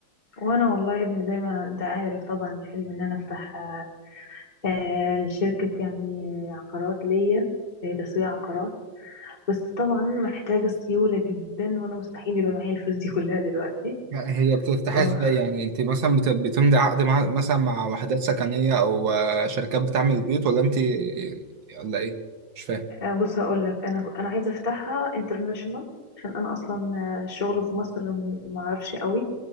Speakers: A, on the left; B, on the right.
A: وانا والله يا ابني زي ما انت عارف طبعا حلمي ان انا افتح آه، آه، شركه يعني عقارات ليا هي تسويق عقارات بس طبعا محتاجه سيوله جدا وانا مستحيل يبقى معايا الفلوس دي كلها دلوقتي
B: هي بترتاح
A: اه
B: ازاي يعني انت مثلا بت... بتمضي عقد مع... مثلا مع وحدات سكنية او آه، شركات بتعمل بيوت ولا انت ولا ايه مش فاهم
A: آه، بص هقول لك انا انا عايزه افتحها انترناشونال عشان انا اصلا آه، الشغل في مصر م- معرفش قوي